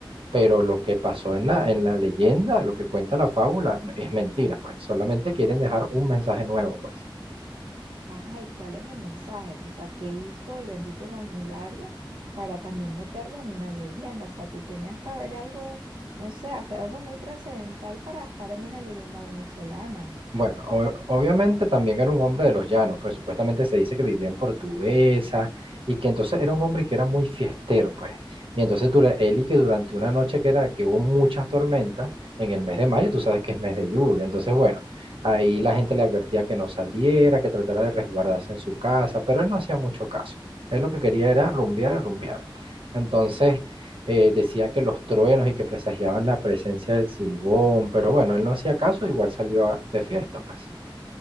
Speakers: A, on the right; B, on the right.
A: Pero lo que pasó en la, en la leyenda, lo que cuenta la fábula, es mentira, pues. Solamente quieren dejar un mensaje nuevo, pues.
B: Ajá, ¿y cuál es el mensaje? Que, o sea, ¿qué hizo el bendito Juan Hilario para también meterlo en una leyenda? O sea, tú tenías que haber algo, no sé, hacer algo muy trascendental para estar en una leyenda venezolana.
A: Bueno, o- obviamente también era un hombre de los llanos, pues supuestamente se dice que vivía en Portuguesa y que entonces era un hombre que era muy fiestero, pues. Y entonces dura- él y que durante una noche que era que hubo muchas tormentas en el mes de mayo, tú sabes que es mes de lluvia, entonces bueno, ahí la gente le advertía que no saliera, que tratara de resguardarse en su casa, pero él no hacía mucho caso. Él lo que quería era rumbear, rumbear. Entonces, eh, decía que los truenos y que presagiaban la presencia del Silbón, pero bueno, él no hacía caso, igual salió a- de fiesta, pues.